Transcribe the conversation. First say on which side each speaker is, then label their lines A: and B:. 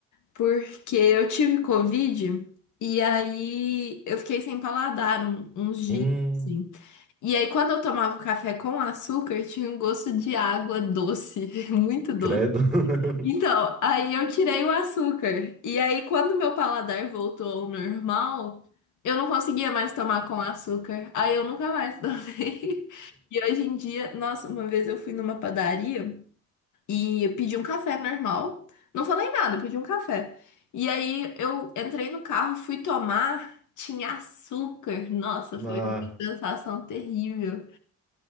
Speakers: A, on the left; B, in the centre.
A: porque eu tive Covid e aí eu fiquei sem paladar um- uns dias,
B: Hum,
A: assim. E aí quando eu tomava o café com açúcar, tinha um gosto de água doce, <laughs> muito doce.
B: credo. <laughs>
A: Então, aí eu tirei o açúcar. E aí quando meu paladar voltou ao normal, eu não conseguia mais tomar com açúcar. Aí eu nunca mais tomei. <laughs> E hoje em dia, nossa, uma vez eu fui numa padaria e eu pedi um café normal. Não falei nada, eu pedi um café. E aí eu entrei no carro, fui tomar, tinha açúcar. Nossa, foi
B: Ah,
A: uma sensação terrível.